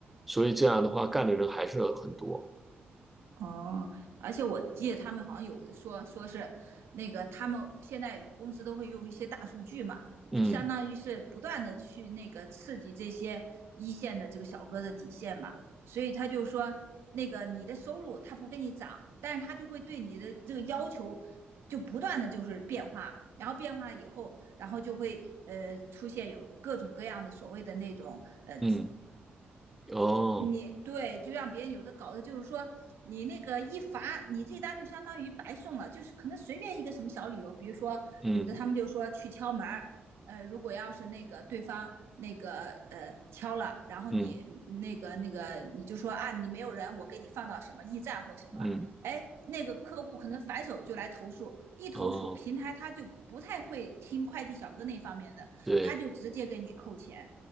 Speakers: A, in the centre; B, on the right.
A: 所以这样的话，干的人还是很多。
B: 哦，而且我记得他们好像有说说是那个他们现在公司都会用一些大数据嘛，
A: 嗯
B: 就相当于是不断的去那个刺激这些一线的这个小哥的底线嘛，所以他就说那个你的收入他不给你涨，但是他就会对你的这个要求就不断的就是变化，然后变化了以后，然后就会呃出现有各种各样的所谓的那种呃
A: 嗯哦
B: 你对，就让别人有的搞的，就是说你那个一罚，你这单就相当于白送了，就是可能随便一个什么小理由，比如说有的他们就说去敲门儿，
A: 嗯
B: 呃，如果要是那个对方那个呃敲了，然后你嗯那个那个你就说啊你没有人，
A: 嗯
B: 我给你放到什么驿站或者什么了，
A: 嗯
B: 哎，那个客户可能反手就来投诉，一投诉平台他就不太会听快递小哥那方面的，
A: 哦对。
B: 他就直接给你扣钱，